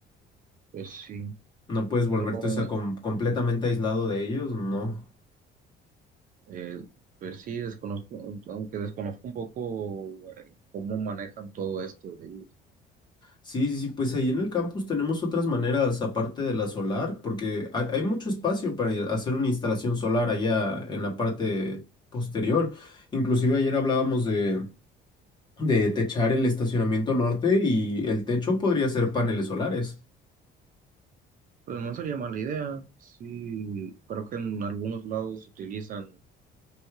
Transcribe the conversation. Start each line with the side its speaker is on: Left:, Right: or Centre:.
Right: Pues sí,
Left: No puedes volverte,
Right: pero
Left: o sea, com- completamente aislado de ellos, no.
Right: Eh, pues sí, desconozco, aunque desconozco un poco eh, cómo manejan todo esto de ellos.
Left: Sí, sí, sí, pues ahí en el campus tenemos otras maneras aparte de la solar, porque hay, hay mucho espacio para i- hacer una instalación solar allá en la parte posterior. Inclusive ayer hablábamos de, de techar el estacionamiento norte y el techo podría ser paneles solares.
Right: Pues no sería mala idea. Sí, creo que en algunos lados utilizan